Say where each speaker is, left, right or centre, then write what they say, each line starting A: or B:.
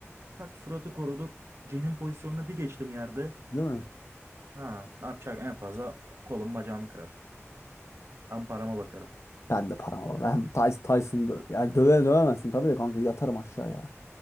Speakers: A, on the right; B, on the left.
A: Tak suratı koruduk. Cen'in pozisyonuna bir geçtim yerde.
B: Değil mi?
A: Ha ne yapacak en fazla kolum bacağımı kırar. Ben parama bakarım.
B: Ben de param var. Ben Tyson, Tyson'ı dö yani döve dövemezsin tabii de kanka yatarım aşağıya.